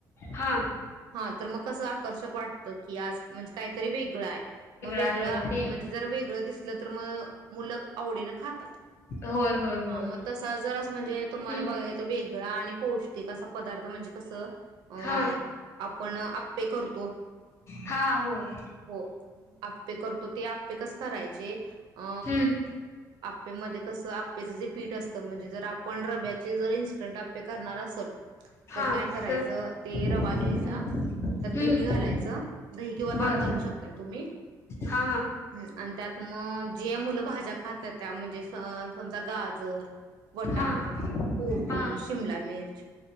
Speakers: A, on the left (about 35°); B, on the right (about 85°).
A: हा
B: हा तर मग कसा आकर्षित वाटतं की आज म्हणजे काहीतरी वेगळं आहे मग वेगळं
A: आहे आणि ते
B: म्हणजे जर वेगळं दिसलं तर मग मुले आवडीन खात
A: होय होय
B: हा
A: होय
B: मग तसा जर म्हणजे तुम्हाला
A: हम्म
B: बघायच तर वेगळा आणि पौष्टिक पदार्थ म्हणजे कसं अ
A: हा
B: आपण आप्पे करतो
A: हा होय
B: हो आप्पे करतो ते आप्पे कस करायचे अ
A: हम्म
B: आप्पे मध्ये कसं आप्पेचं जे पीठ असतं म्हणजे जर आपण रव्याचे चे जर इन्स्टंट आप्पे करणार असेल
A: हा
B: तर काय करायचं
A: तर
B: ते रवा घ्यायचा
A: हम्म
B: त्यात
A: हम्म
B: दही घालायचं दही किंवा
A: बर
B: ताक घालू शकताय तुम्ही
A: हा
B: हं आणि त्यात म जे मुलं भाज्या खात नाय त्या म्हणजे स समजा गाजर वटाणा,
A: हा हा
B: कोबी,
A: हा
B: शिमला मिर्च